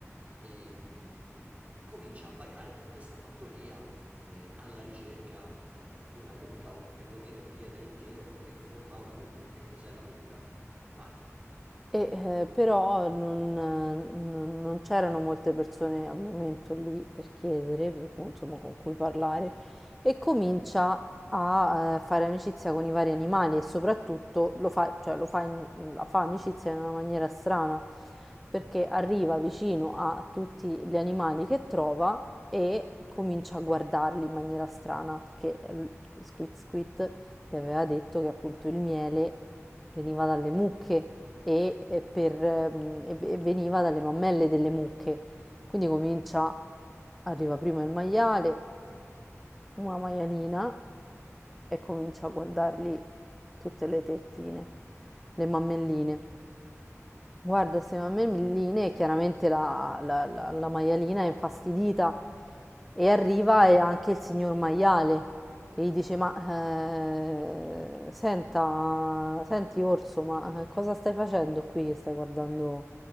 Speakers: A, on the right; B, in the centre.
A: e mm, comincia a vagare per questa fattoria eh, alla ricerca eh, di una mucca o perlomeno di chiedere in giro che forma ha una mucca, che cos'è la mucca. Vai.
B: E, eh, però non, non- non c'erano molte persone al momento lì per chiedere, per cui, insomma, con cui parlare, e comincia a eh, fare amicizia con i vari animali e soprattutto lo fa, cioè, lo fa in- la fa amicizia in una maniera strana, perché arriva vicino a tutti gli animali che trova e comincia a guardarli in maniera strana, perché eh, Squit Squit le aveva detto che appunto il miele veniva dalle mucche e, e per, ehm, e ve- e veniva dalle mammelle delle mucche. Quindi comincia, arriva prima il maiale, una maialina e comincia a guardargli tutte le tettine, le mammelline. Guarda, secondo me Milline, chiaramente la, la- la- la maialina è infastidita e arriva e anche il signor maiale che gli dice: Ma eh, senta, senti Orso, ma eh, cosa stai facendo qui che stai guardando